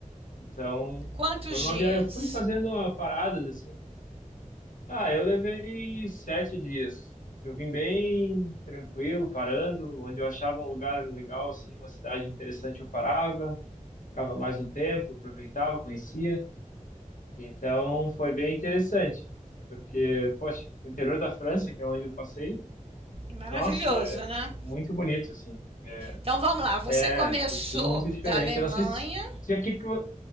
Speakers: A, on the left (about 80°); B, on the right (about 45°).
A: Então,
B: Quantos
A: foi
B: dias?
A: uma viagem. Eu fui fazendo uma parada, assim. Ah, eu levei sete dias. Eu vim bem tranquilo, parando. Onde eu achava um lugar legal, assim, uma cidade interessante, eu parava. Ficava mais um tempo, aproveitava, conhecia. Então foi bem interessante, porque, poxa, o interior da França, que é onde eu passei,
B: Maravilhoso,
A: nossa, é
B: né?
A: muito bonito, assim. É,
B: Então vamos lá. Você
A: é
B: começou
A: tu- tudo muito diferente.
B: da Alemanha.
A: Eu não sei se, se aqui que. eu-